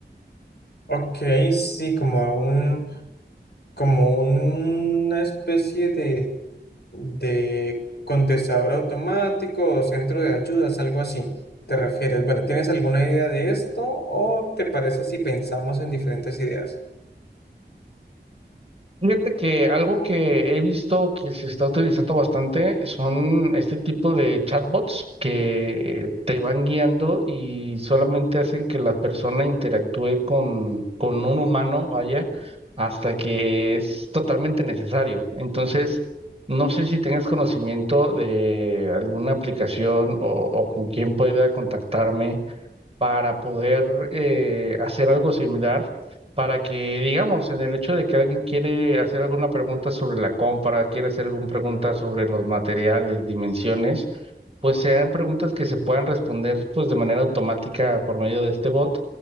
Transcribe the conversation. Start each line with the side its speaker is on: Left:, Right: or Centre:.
Left: Ok, sí, como un, como una especie de de contestador automático o centro de ayudas, algo así. ¿Te refieres? Bueno, ¿tienes alguna idea de esto o te parece si pensamos en diferentes ideas?
Right: Fíjate que algo que he visto que se está utilizando bastante son este tipo de chatbots que te van guiando y solamente hacen que la persona interactúe con, con un humano, vaya, hasta que es totalmente necesario. Entonces, no sé si tengas conocimiento de alguna aplicación o, o con quién pueda contactarme para poder eh, hacer algo similar, para que, digamos, en el hecho de que alguien quiere hacer alguna pregunta sobre la compra, quiere hacer alguna pregunta sobre los materiales, dimensiones, pues sean preguntas que se puedan responder pues de manera automática por medio de este bot.